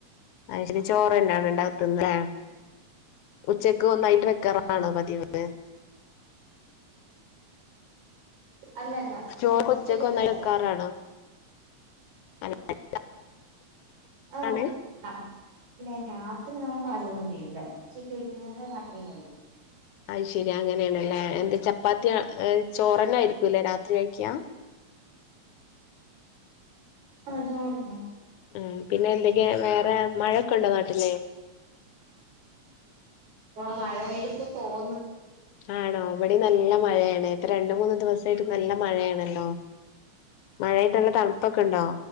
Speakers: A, on the left (about 80°); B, on the right (about 80°).
A: ആയിശേരി ചോറ് തെന്നെ ആണോ ഇണ്ടാ തിന്നല് ഏ ഉച്ചക്ക് ഒന്നായിട്ട് വെക്കാറാണോ
B: ആഹ്
A: പതിവ് ഏ
B: അല്ലല്ല
A: ചോറൊക്കെ
B: ഉച്ചക്കത്തല്ല
A: ഉച്ചക്ക് ഒന്നായിട്ട് വെക്കാറാണോ <unintelligible>
B: ആഹ്
A: ആണ്
B: ഉം <unintelligible> രാത്രി നമ്മള് പാചകം ഒന്നും ചെയുല്ല വെക്കുന്നതന്നെ രാത്രിയും കഴിക്കും.
A: ആയിശേരി അങ്ങനെണല്ലേ എന്താ ചപ്പാത്തി ഏ ചോറന്നെ ആയിരിക്കൂല്ലേ രാത്രി കഴിക്കാ
B: ആഹ് ചോറുന്ന
A: ഉം പിന്നെ എന്തൊക്കെ വേറെ മഴ ഒക്കെണ്ടോ നാട്ടില്
B: ഓ മഴ പെയ്ത് ഇപ്പോ തോർന്ന്
A: ആണോ ഇവിടിം നല്ല മഴയാണ് ഇപ്പോ രണ്ട് മൂന്ന് ദിവസായിട്ട് നല്ല മഴയാണല്ലോ മഴയിട്ട് നല്ല തണുപ്പൊകേണ്ടോ